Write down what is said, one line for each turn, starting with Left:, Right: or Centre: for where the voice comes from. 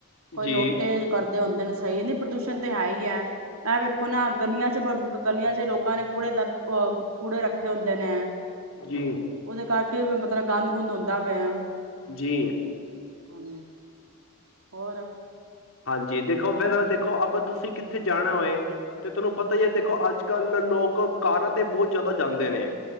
Right: ਕੋਈ
Left: ਜੀ,
Right: ਲੋਟੇ ਕਰ ਹੁੰਦੇ ਨੇ ਸਹੀ ਨਹੀਂ ਪ੍ਰਦੂਸ਼ਣ ਤੇ ਹੈ ਹੀ ਹੈ ਇਹ ਵੇਖੋ ਨਾ ਗਲੀਆਂ ਚ ਗਲੀਆਂ ਚ ਲੋਕਾਂ ਨੇ ਕੂੜੇ ਦਾ ਅਹ ਕੂੜੇ ਰੱਖੇ ਹੁੰਦੇ ਨੇ
Left: ਜੀ।
Right: ਉਹਦੇ ਕਰਕੇ ਮਤਲਬ ਗੰਦ ਗੁੰਦ ਹੁੰਦਾ ਵਇ ਆ।
Left: ਜੀ।
Right: ਹਾਂਜੀ ਹੋਰ
Left: ਹਾਂਜੀ ਦੇਖੋ ਫਿਰ ਦੇਖੋ ਅਗਰ ਤੁਸੀਂ ਕਿੱਥੇ ਜਾਣਾ ਹੋਏ ਤੇ ਤੁਹਾਨੂੰ ਪਤਾ ਹੀ ਹੈ ਦੇਖੋ ਅੱਜ ਕੱਲ੍ਹ ਲੋਕ ਕਾਰਨ ਤੇ ਬਹੁਤ ਜ਼ਿਆਦਾ ਜਾਂਦੇ ਨੇ